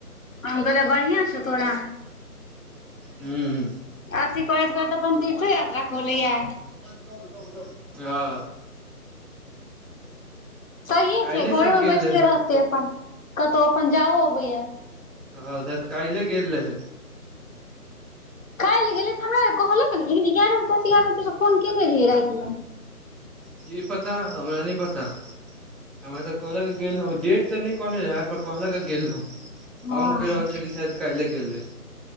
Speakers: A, on the left (about 60°); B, in the centre.
A: कहले बढ़िआं छौ तोरा
B: हूँ
A: अथी करेइत करता अपन तीर्थ यात्रा करल य
B: हाँ
A: सहिए
B: काल्हि
A: छै घरोमे
B: शायद गेल
A: बैसले
B: रहै
A: रह से अपन कतहु अपन जाहो अबैया
B: हँ त कहि ल गेल है
A: ल गेलै तऽ हमरा कहलक ने लेकिन एगारह ब दस एगारह बजेक फोन केने रहियै राति मे
B: की पता हमरा नहि पता हमरा तऽ कले के गेल रह डेट ते नहि कहने रहे पर कहलक गेल रहो
A: हँ
B: हम कहि रहल छी कि शायद काल्ले गेल रहे